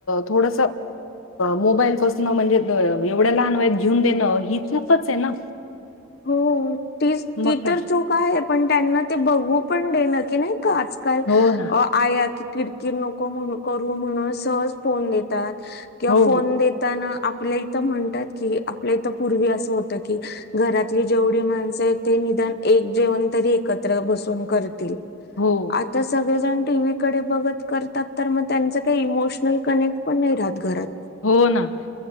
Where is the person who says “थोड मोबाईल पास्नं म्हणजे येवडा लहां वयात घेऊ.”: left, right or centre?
Left